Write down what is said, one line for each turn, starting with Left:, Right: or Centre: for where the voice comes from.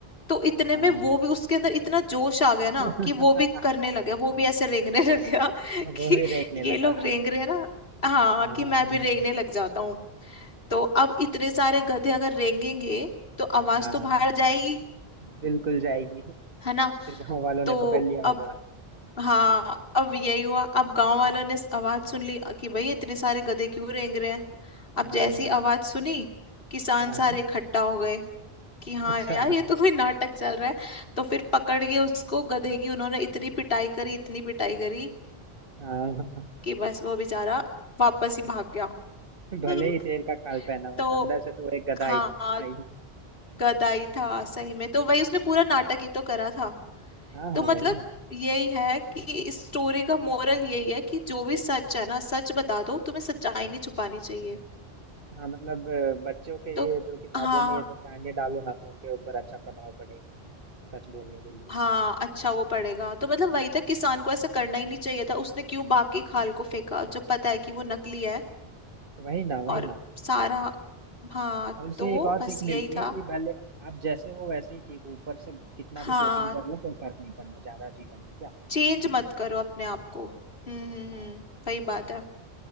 Left: तो इतने
Right: हाँ
Left: में वो भी उसके अंदर इतना जोश आ गया
Right: <laughs>
Left: ना कि वो भी करने लगा वो भी ऐसे रेंगने लग गया <laughs> कि
Right: वो भी रेंकने
Left: ये
Right: लगा
Left: लोग रेंग रहे हैं ना हाँ
Right: हाँ
Left: कि मैं भी रेंगने लग जाता हूँ तो अब इतने सारे गधे अगर रेंगेंगे तो आवाज
Right: हाँ
Left: तो बाहर जाएगी
Right: बिल्कुल जाएगी
Left: है ना
Right: फिर गांव वालों ने
Left: तो
Right: पकड़ लिया
Left: अब
Right: होगा
Left: हाँ अब यही हुआ अब गांव वालों ने आवाज सुन ली कि भई इतने सारे गधे क्यों रेंग रहे हैं अब
Right: हाँ
Left: जैसी आवाज सुनी किसान
Right: हाँ
Left: सारे
Right: हाँ
Left: इकट्ठा हो गए कि हाँ
Right: अच्छा
Left: यार ये तो कोई नाटक चल रहा है तो फिर पकड़ के उसको गधे की उन्होंने इतनी पिटाई करी इतनी पिटाई करी
Right: हाँ
Left: कि बस वो बेचारा वापस ही भाग गया
Right: भले
Left: हम्म,
Right: ही शेर का खाल पहना हुआ
Left: तो
Right: था अंदर से तो वो एक गधा
Left: हाँ
Right: ही था ना भाई
Left: गधा ही था सही में तो वही उसने पूरा नाटक ही तो करा था
Right: हाँ हाँ
Left: तो मतलब
Right: वही ना
Left: यही है कि इस स्टोरी का मोरल यही है कि जो भी सच है ना सच बता दो तुम्हें सच्चाई नहीं छुपानी चाहिए
Right: हाँ मतलब अ, बच्चों के
Left: तो
Right: ये जो किताबों
Left: हाँ
Right: में ये सब कहानियां डालो ना तो उनके ऊपर अच्छा प्रभाव पड़ेगा सच बोलने के लिए
Left: हाँ अच्छा वो पड़ेगा तो मतलब
Right: हाँ,
Left: वही था किसान को ऐसा करना ही नहीं चाहिए था उसने क्यों बाकी खाल को फेंका जब पता है कि वो नकली है
Right: वही ना वही
Left: और
Right: ना
Left: सारा हाँ
Right: और इससे
Left: तो
Right: एक और
Left: बस
Right: सीख मिलती
Left: यही था
Right: है कि भले आप जैसे हो वैसे ही ठीक हो ऊपर से कितना भी
Left: हाँ
Right: कोटिंग कर लो कोई फर्क नहीं पड़ना ज्यादा जीवन में क्या
Left: चेंज मत करो अपने आप को हम्म हम्म
Right: हाँ
Left: हम्म वही बात है